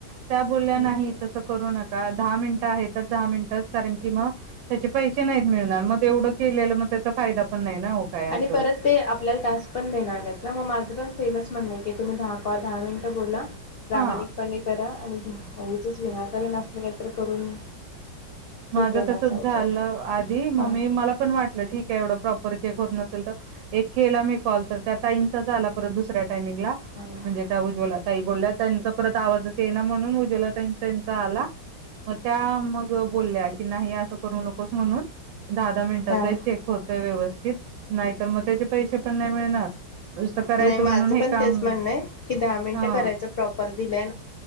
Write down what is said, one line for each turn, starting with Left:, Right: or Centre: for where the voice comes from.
Right: त्या बोलल्या
Left: हम्म.
Right: नाही तसं करू नका दहा मिनिटं आहे तर दहा मिनिटचं कारण की मग त्याचे पैसे नाहीत मिळणार मग तेवढं केलेलं मग त्याचा फायदा पण नाही असं
Left: आणि परत ते आपल्याला टास्क पण देणार नाहीत ना मग माझं पण सेमच म्हण तुम्ही दहा कॉल दहा मिनटं बोला प्रामाणिकपणे
Right: हा
Left: करा आणि उगीचच विनाकारण असलं कायत करून
Right: माझं
Left: ठीक आहे ना
Right: तसच
Left: चालतंय.
Right: झालं. आधी मग
Left: हा
Right: मी मला पण वाटलं ठीक आहे एवढं प्रॉपर चेक होत नसेल तर एक केला मी कॉल तर त्या ताईंचाच आला परत दुसऱ्या टायमिंगला
Left: हा
Right: म्हणजे त्या उज्वला त ताई बोलल्या त्यांचा परत आवाजच येईना म्हणून उज्ज्वला ताई त्यांचा आला मग त्या मग बोलल्या की नाही असं करू नकोस म्हणून दहा-दहा मिनिटाचा
Left: हा
Right: आहे चेक होतंय व्यवस्थित. नाहीतर मग त्याचे पैसे पण नाही मिळणार नुसतं करायचं
Left: नाही माझं
Right: म्हणून
Left: पण
Right: हे काम.
Left: तेच म्हणणं आहे की दहा मिनिटं
Right: हा
Left: करायचं प्रॉपर दिलंय